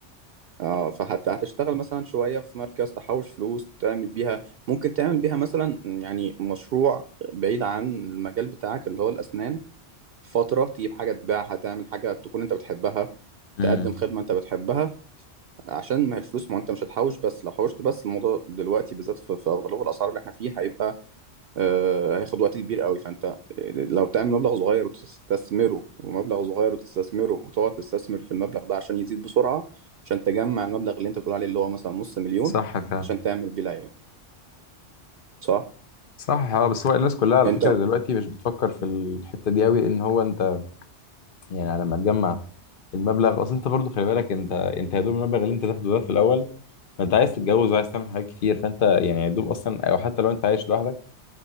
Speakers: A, on the right; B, on the left.
A: اه فحتى هتشتغل مثلا شويه في مركز تحوش فلوس تعمل بيها ممكن تعمل بيها مثلا يعني مشروع بعيد عن المجال بتاعك اللي هو الاسنان فتره تجيب حاجه تبيعها تعمل حاجه تكون انت بتحبها
B: مم.
A: تقدم
B: امم
A: خدمه انت بتحبها عشان ما هي الفلوس ما انت مش هتحوش بس لو حوشت بس الموضوع دلوقتي بالذات في في غلو الاسعار اللي احنا فيه هيبقى آه، هياخد وقت كبير قوي فانت آه، لو تعمل مبلغ صغير وتستثمره ومبلغ صغير وتستثمره وتقعد تستثمر في المبلغ ده عشان يزيد بسرعة عشان تجمع المبلغ اللي انت بتقول عليه اللي هو مثلا نص مليون
B: صح فعلا
A: عشان تعمل بيه العيار صح
B: صح اه بس هو الناس كلها على
A: انت
B: فكره دلوقتي مش بتفكر في الحته دي قوي لان هو انت يعني على ما تجمع المبلغ اصل انت برضو خلي بالك انت انت يا دوب المبلغ اللي انت تاخده ده في الاول انت عايز تتجوز وعايز تعمل حاجات كتير فانت يعني يا دوب اصلا او حتى لو انت عايش لوحدك